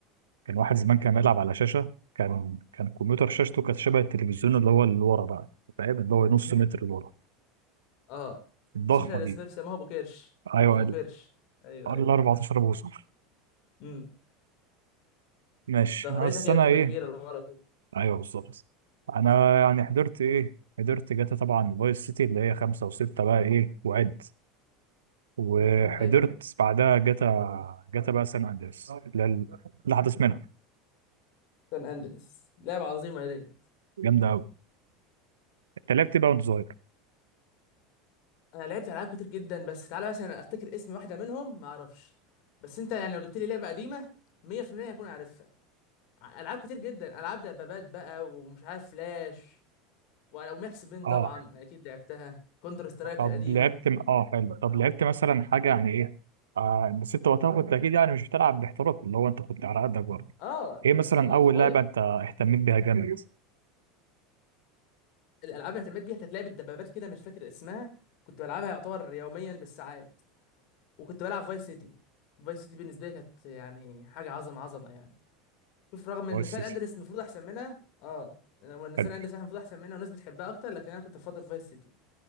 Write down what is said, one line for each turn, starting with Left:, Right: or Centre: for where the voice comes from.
Right: كان واحد زمان كان
Left: اه
Right: بيلعب على شاشة كان كان الكمبيوتر شاشته كانت شبه التلفزيون اللي هو اللي ورا بقى فاهم اللي هو نص متر اللي ورا
Left: اه
Right: الضخمة
Left: شاشه الاسماء
Right: دي
Left: بيسموها ابو كرش
Right: ايوه
Left: او ام
Right: ال
Left: كرش ايوه
Right: 14
Left: ايوه
Right: بوصة
Left: امم
Right: ماشي
Left: ظهرتها
Right: بس
Left: كده
Right: انا
Left: بتبقى
Right: ايه
Left: كبيره لورا كده
Right: ايوه بالظبط انا يعني
Left: مم.
Right: حضرت ايه حضرت جاتا طبعا فايس سيتي اللي هي خمسة وستة بقى ايه وعد وحضرت
Left: ايوه ايوه
Right: بعدها جاتا جاتا بقى سان اندريس اللي هي اللي حدث منها
Left: سان اندريس لعبه عظيمه ديت
Right: جامدة أوي انت لعبت بقى وانت صغير
Left: انا لعبت العاب كتير جدا بس تعالى مثلا افتكر اسم واحده منهم ما اعرفش بس انت يعني لو جبت لي لعبه قديمه 100% هكون عارفها ع- العاب كتير جدا العاب دبابات بقى ومش عارف فلاش وعلى- وماكس بين
Right: اه
Left: طبعا اكيد لعبتها كونتر سترايك
Right: طب
Left: القديمه
Right: لعبت م- اه حلو طب لعبت مثلا حاجة يعني ايه آه بس انت وقتها كنت اكيد يعني مش بتلعب باحتراف اللي هو انت كنت على قدك برضه
Left: اه يعني
Right: ايه مثلا
Left: انا
Right: اول
Left: صغير
Right: لعبة انت اهتميت بيها جامد
Left: الالعاب اللي اهتميت بيها كانت لعبه دبابات كده مش فاكر اسمها كنت بلعبها يعتبر يوميا بالساعات وكنت بلعب فايس سيتي فايس سيتي بالنسبه لي كانت يعني حاجه عظمه عظمه يعني شوف رغم
Right: فايس
Left: ان سان
Right: سيتي
Left: اندريس المفروض احسن منها اه رغم ان سان
Right: حلو
Left: اندريس المفروض احسن منها والناس بتحبها اكتر لكن انا كنت بفضل فايس سيتي